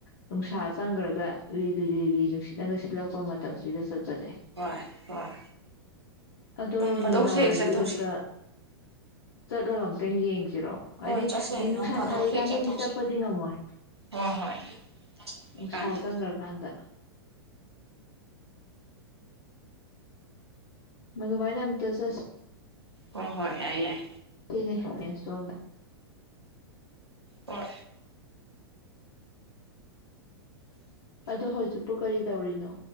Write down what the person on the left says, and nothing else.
ꯅꯨꯡꯁꯥ ꯆꯪꯒꯔꯒ ꯂꯤꯔꯤ ꯔꯤꯔꯤ ꯅꯨꯡꯁꯤꯠꯂꯒ ꯁꯤꯠꯂꯛꯄ ꯃꯇꯝꯁꯤꯗ ꯆꯠꯄꯁꯦ
ꯑꯗꯣ
ꯅꯨꯡꯗꯥꯡ ꯋꯥꯏꯔꯝꯖꯤꯗꯑꯝꯇ
ꯆꯠꯂꯒ ꯑꯃꯝꯇꯪ ꯌꯦꯡꯁꯤ ꯖꯤꯔꯣ ꯍꯥꯏꯗꯤ
ꯅꯨꯡꯁꯥ
ꯁꯥꯔꯤꯀꯥꯟꯗꯗꯤ
ꯆꯠꯄꯗꯤ ꯉꯝꯃꯣꯏ
ꯅꯨꯡꯁꯥ
ꯆꯪꯈ꯭ꯔꯀꯥꯟꯗ ꯃꯥꯗꯨꯃꯥꯏꯅ ꯑꯃꯇ ꯆꯠꯁꯤ
ꯆꯠꯁꯤꯅꯦ ꯔꯦꯟꯁꯇꯣꯝꯗ
ꯑꯗꯣ ꯍꯧꯖꯤꯛꯄꯨ ꯀꯔꯤ ꯇꯧꯔꯤꯅꯣ